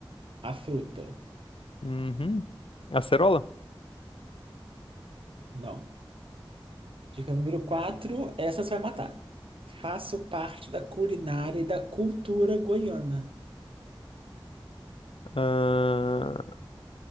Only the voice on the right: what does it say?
A fruta.
Não. Dica número 4. essa você vai matar. Faço parte da culinária e da cultura goiana.